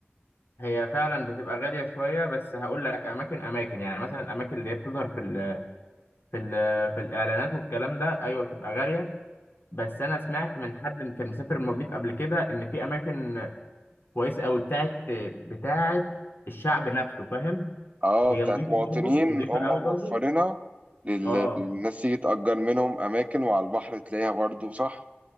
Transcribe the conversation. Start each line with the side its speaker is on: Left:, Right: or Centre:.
Left: هي فعلا بتبقى غاليه شويه بس هقول لك اماكن اماكن يعني مثلا الاماكن اللي هي بتظهر في ال في ال في الاعلانات والكلام ده ايوه بتبقى غاليه بس انا سمعت من حد إن كان مسافر المالديف قبل كده ان في اماكن كويسه قوي بتاعت بتاعت الشعب نفسه فاهم
Right: اه
Left: هي
Right: بتاعت
Left: نظيفه
Right: مواطنين
Left: برضه نظيفه
Right: هم
Left: قوي برضه
Right: موفرينها لل-
Left: اه
Right: للناس تيجي تأجر منهم اماكن وعلى البحر تلاقيها برضه صح